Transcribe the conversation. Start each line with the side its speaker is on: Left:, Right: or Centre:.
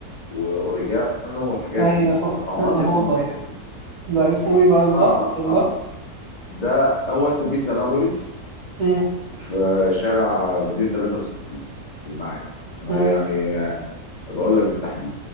Left: واوريجانو والحاجات
Right: أيوة
Left: دي
Right: هو
Left: فطعمها
Right: حاسس
Left: بيبقى
Right: هو
Left: مميز
Right: ذوق ده اسمه إيه بقى ده؟
Left: اه
Right: المطعم
Left: اه
Right: ده؟
Left: ده هو اسمه بيتزا نابولي
Right: أمم
Left: في شارع 263 في المعادي انا
Right: أمم
Left: يعني بقول لك بالتحديد